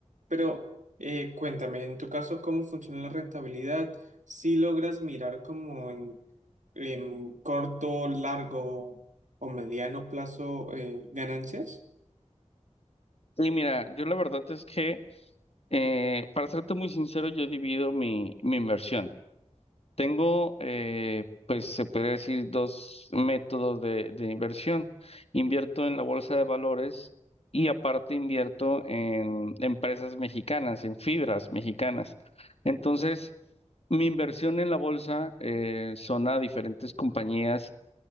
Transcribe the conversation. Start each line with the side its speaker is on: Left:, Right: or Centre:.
Right: Pero eh, cuéntame, en tu caso, ¿cómo funciona la rentabilidad? Si logras mirar como en, en corto, largo o mediano plazo eh, ganancias?
Left: Y mira, yo la verdad es que, eh, para serte muy sincero, yo divido mi, mi inversión. Tengo, eh, pues se podría decir, dos métodos de, de inversión. Invierto en la bolsa de valores y aparte invierto en empresas mexicanas, en fibras mexicanas. Entonces, mi inversión en la bolsa eh, son a diferentes compañías